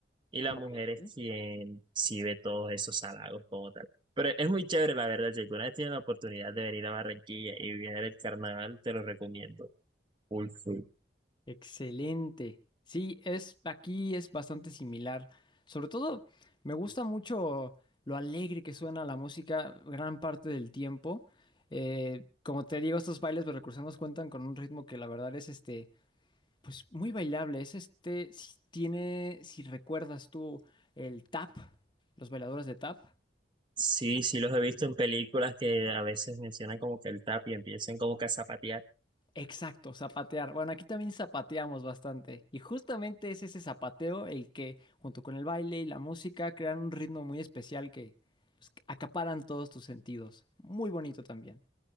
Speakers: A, on the right (about 25°); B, on the left (about 25°).
A: y la
B: ok.
A: mujer
B: E-
A: es quien sí ve todos esos halagos como tal. Pero es muy chévere, la verdad. Si alguna vez tienes la oportunidad de venir a Barranquilla y vivir el carnaval, te lo recomiendo. Full, full.
B: Excelente. Sí, es aquí es bastante similar. Sobre todo, me gusta mucho lo alegre que suena la música gran parte del tiempo. Eh, como te digo, estos bailes de recursos nos cuentan con un ritmo que la verdad es este. Pues muy bailable, es este, si tiene, si recuerdas tú el tap, los bailadores de tap.
A: Sí, sí los he visto en películas que a veces mencionan como que el tap y empiezan como que a zapatear.
B: Exacto, zapatear. Bueno, aquí también zapateamos bastante. Y justamente es ese zapateo el que, junto con el baile y la música, crean un ritmo muy especial que pues, que acaparan todos tus sentidos. Muy bonito también.